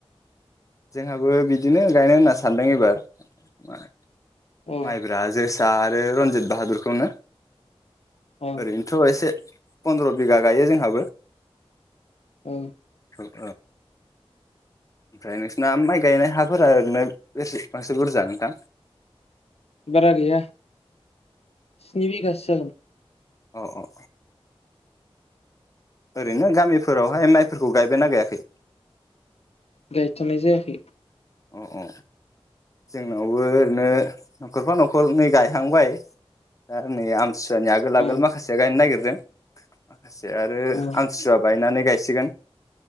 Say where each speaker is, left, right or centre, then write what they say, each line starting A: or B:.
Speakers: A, on the left; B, on the left.
A: जोंहाबो बिदिनो गायनो होनना सानदों एबार म
B: औ
A: माइब्रा, जोसा जोसा आरो रनजित बाहादुरखौनो
B: औ
A: ओरैनोथ' एसे फन्द्र' बिघा गायो जोंहाबो।
B: औ।
A: ओं ओमफ्राय नोंसना माइ गायनाय हाफोरा ओरैनो बेसे बांसिन बुरजा नोंथां?
B: बारा गैया स्नि बिगा सो जागोन औ।
A: औ औ। ओरैनो गामिफोरावहाय माइफोरखौ गायबायना गायाखै?
B: गायथ'नाय जायाखै।
A: अ अ जोंनावबो ओरैनो न'खरफा न'खरनै गायहांबाय दा नै आम थिसुआनि आगोल आगोल
B: औ
A: माखासेया गायनो नागिर दों माखासे आरो
B: औ
A: आमथिसुवा बायनानै गायसिगोन